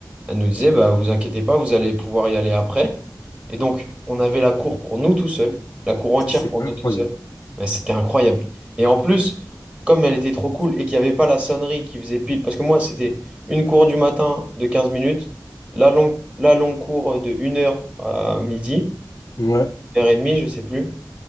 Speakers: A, on the right (about 15°); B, on the left (about 45°).
A: elle nous disait, bah, vous inquiétez pas, vous allez pouvoir y aller après. Et donc, on avait la cour pour nous tout seuls, la cour entière
B: c'est
A: pour
B: incroyable.
A: nous tout seuls. Mais c'était incroyable. Et en plus, comme elle était trop cool et qu'il n'y avait pas la sonnerie qui faisait pile, parce que moi, c'était une cour du matin de 15 minutes, la longue, la longue cour de une heure à midi,
B: Ouais,
A: 1 h demie je sais plus.